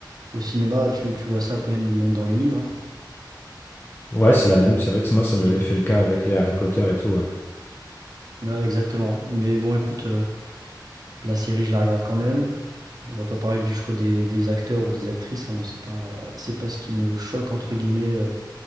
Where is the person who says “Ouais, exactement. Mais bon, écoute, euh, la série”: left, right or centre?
Right